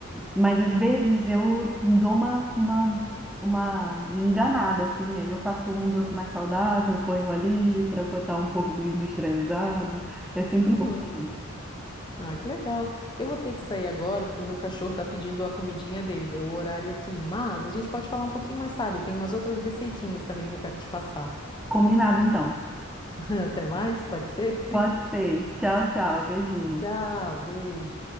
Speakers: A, in the centre; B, on the left.
A: mas às vezes eu dou uma, uma, uma enganada, assim, aí eu faço um doce mais saudável, ponho ali para cortar um pouco do industrializado. É sempre
B: Uhum.
A: bom saber.
B: Ah, que legal. Eu vou ter que sair agora porque o meu cachorro está pedindo a comidinha dele, deu o horário aqui. Mas a gente pode falar um pouquinho mais tarde. Eu tenho umas outras receitinhas também que eu quero te passar.
A: Combinado, então.
B: <laughs> Até mais, pode ser?
A: Pode ser. Tchau, tchau. Beijinho.
B: Tchau, beijo.